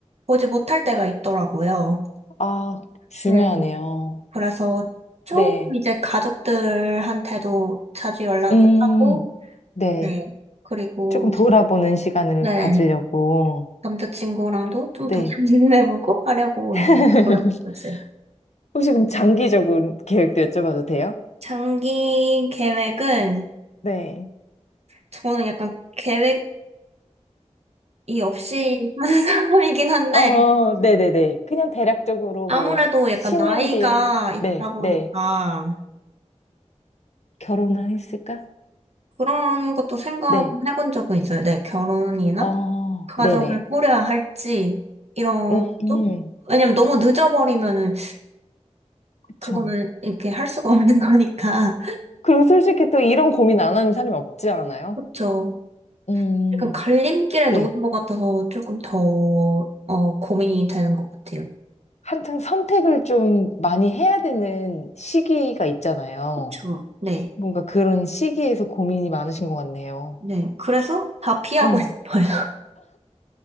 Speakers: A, on the right; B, on the left.
A: 보지 못할 때가 있더라고요.
B: 아, 중요하네요.
A: 네. 그래서 조금
B: 네,
A: 이제 가족들한테도 자주 연락을
B: 음,
A: 하고,
B: 네.
A: 네. 그리고,
B: 조금 돌아보는 시간을
A: 네.
B: 가지려고.
A: 남자친구랑도 좀
B: 네.
A: 더 잘 지내보고 <laughs> 하려고
B: <laughs>
A: 이제 노력하고 있어요.
B: 혹시 그럼 장기적인 계획도 여쭤봐도 돼요?
A: 장기 계획은
B: 네.
A: 저는 약간 계획이 없이 사는 <laughs> 사람이긴 한데
B: 어, 네네네. 그냥 대략적으로
A: 아무래도
B: 뭐,
A: 약간
B: 10년
A: 나이가
B: 뒤에,
A: 있다
B: 네,
A: 보니까
B: 네. 결혼을 했을까?
A: 그런 것도 생각해본
B: 네.
A: 적은 있어요. 내 결혼이나
B: 어,
A: 가정을
B: 네네.
A: 꾸려야 할지 이런
B: 음,
A: 것도 왜냐면 너무 늦어버리면은
B: 그쵸.
A: 그거는 이렇게 할 수가 없는 거니까
B: 그리고 솔직히 또 이런 고민 안 하는 사람이 없지 않아요?
A: <laughs> 그렇죠.
B: 음,
A: 약간 갈림길에
B: 네.
A: 놓은 것 같아서 조금 더, 어, 고민이 되는 것 같아요.
B: 한창 선택을 좀 많이 해야 되는 시기가 있잖아요.
A: 그쵸. 네.
B: 뭔가 그런 시기에서 고민이 많으신 것 같네요.
A: 네. 그래서 다 피하고
B: 음.
A: <laughs> 싶어요.